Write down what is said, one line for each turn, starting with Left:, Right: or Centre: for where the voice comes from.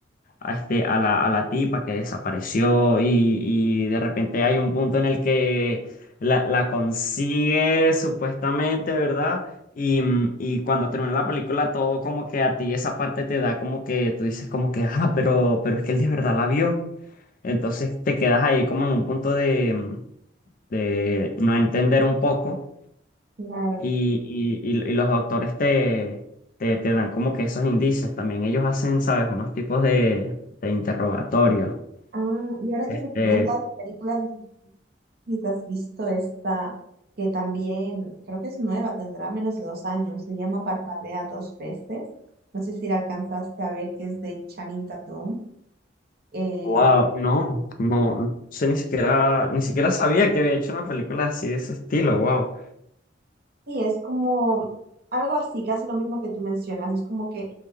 Left: a, este, a la, a la tipa que desapareció y, y de repente hay un punto en el que la, la consigue supuestamente, ¿verdad? Y, mm, y cuando termina la película, todo como que a ti esa parte te da como que tú dices como que, ah, pero, pero es que él de verdad la vio. Entonces te quedas ahí como en un punto de, mm, de no entender un poco.
Right: claro.
Left: Y, y- y- y los doctores te, te, te dan como que esos indicios también. Ellos hacen, ¿sabes? Unos tipos de, de interrogatorios.
Right: Ah, y ahora
Left: Este,
Right: que me comentas películas, si te has visto esta que también creo que es nueva, tendrá menos de dos años, se llama Parpadea dos veces. No sé si la alcanzaste a ver, que es de Channing Tatum. Eh,
Left: wow, no, no, no sé ni siquiera, ni siquiera sabía que había hecho una película así de ese estilo, wow.
Right: Sí, es como algo así, casi lo mismo que tú mencionas. Es como que